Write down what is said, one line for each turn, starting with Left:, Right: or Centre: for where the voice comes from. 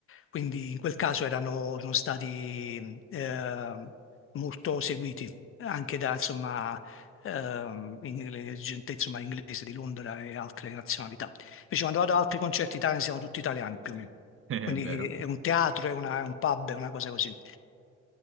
Left: Quindi in quel caso erano, sono stati eh, molto seguiti anche da insomma, ehm, ingle- gente insomma, inglese di Londra e altre nazionalità. Invece quando vado ad altri concerti italiani siamo tutti italiani più o meno.
Right: <laughs> È
Left: Quindi
Right: vero.
Left: è un teatro, è, una- è un pub, è una cosa così.